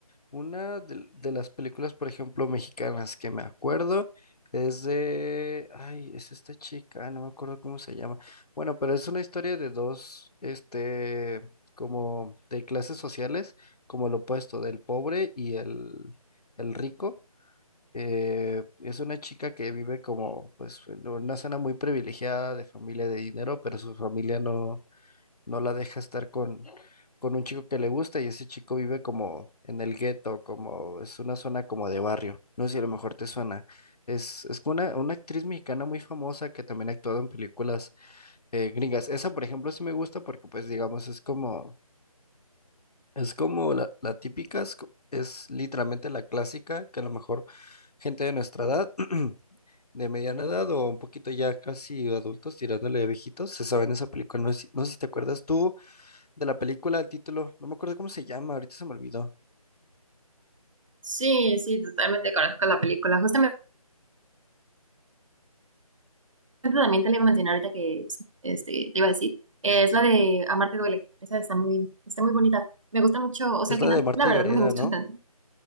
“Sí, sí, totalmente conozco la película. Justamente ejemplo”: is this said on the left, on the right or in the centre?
Right